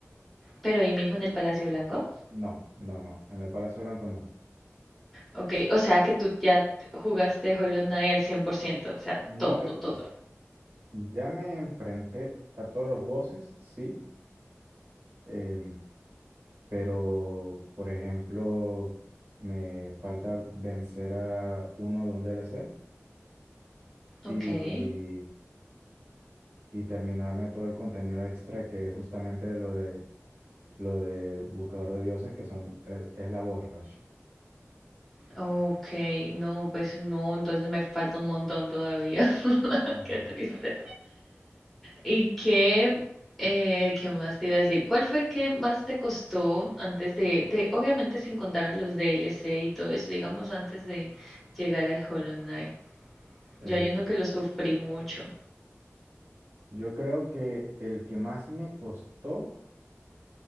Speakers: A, in the centre; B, on the right.
A: Pero ahí mismo en el Palacio Blanco.
B: No, no, no, en el Palacio Blanco no.
A: Ok, o sea que tú ya jugaste Hollow Knight al 100%, o sea,
B: No,
A: todo,
B: el-
A: todo.
B: o sea, ya me enfrenté a todos los bosses, sí. em, pero por ejemplo, me falta vencer a uno de un DLC y,
A: Ok.
B: y terminarme todo el contenido extra que es justamente lo de lo del buscador de dioses que son eh, es la voz rush.
A: Ok, no, pues no, entonces me falta un montón todavía. <laughs>
B: Ujú.
A: Qué triste. ¿Y qué, eh, qué más te iba a decir? ¿Cuál fue el que más te costó antes de, de, obviamente sin contar a los DLC y todo eso, digamos antes de llegar al Hollow Knight?
B: Eh,
A: Yo hay uno que lo sufrí mucho.
B: yo creo que el que más me costó